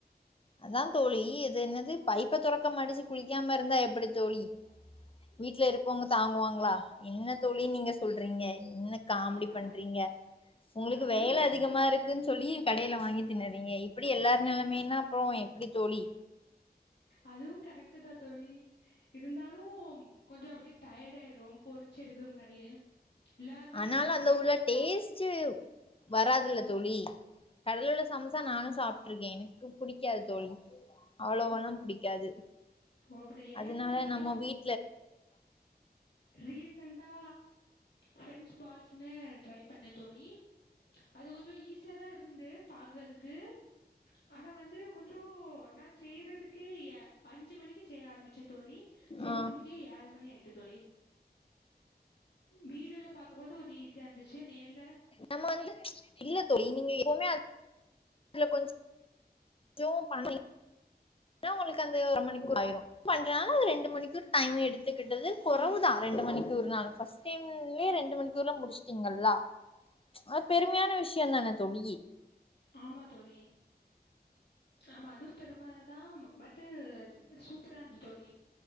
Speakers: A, on the left (about 35°); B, on the left (about 90°).
A: அதா தோழி இது என்னது பைப்ப தொறக்க மனுஷன் குளிக்காம இருந்தா எப்பிடி தோழி வீட்ல இருப்பவுங்க தாங்குவாங்களா என்ன தோழி நீங்க சொல்றீங்க என்ன காமெடி
B: ஆ
A: பண்றீங்க உங்குளுக்கு
B: அதுவு
A: வேல அதிகமா இருக்குன் சொல்லி கடைல வாங்கி தின்னுறீங்க இப்பிடி எல்லார் நெலமைன்னா அப்றோ எப்பிடி தோழி
B: அதுவு கரெக்ட்டு தா தோழி இருந்தாலு கொஞ்சோ அப்டியே டயர்ட் ஆயிரு பொரிச்சு எடுக்குற முன்னாடியே இல்லாங்க
A: ஆனாலு அதுல
B: பா
A: உள்ள டேஸ்ட்டு வராதுல்ல தோழி கடைல உள்ள சம்சா நானு சாப்ட் ட்ருக்கே எனக்கு புடிக்காது தோழி அவ்ளோவாலா
B: ஓ ஓ
A: புடிக்காது
B: அப்டி எடையில
A: அதனால
B: நா இப்ப
A: நம்ம வீட்
B: ரீசெண்ட்டா ஃப்ரெஞ்ச் பால்ஸ்ன்னு ட்ரை பண்ணே தோழி அது கொஞ்சோ ஈஸியாதா இருந்து பாக்குறதுக்கு ஆனா வந்து கொஞ்சோ ந செய்றதுக்கே அஞ்சு மணிக்கு செய்ய ஆரமிச்சே தோழி செஞ்சு
A: ஆ
B: முடிக்கே ஏழு மணி ஆயிட்டு தோழி வீடியோல பாக்கும்போது கொஞ்சோ ஈஸியா இருந்துச்சு நேர்ல
A: நம்ம வந்து இல்ல தோழி நீங்க எப்புமே அது அதுல கொஞ்சோ பன்னி தா உங்குளுக்கு அந்த ஒரு மணி <inaudible> ஆயிரு <inaudible> பண்றனால அத ரெண்டு மணிக்கு டைம் எடுத்துக்கிட்டது குறவுதா
B: ஆ
A: ரெண்டு மணிக்கு ஒரு நாள் ஃபஸ்ட் டைம்லே ரெண்டு மணிக்குள்ள முடிச்ட்டீங்கல்லா அது பெருமையான விஷ்யந்தான தோழி
B: ஆமா தோழி ஆமா அதுவு பெருமதா பட்டு இது சூப்பராருந்துச் தோழி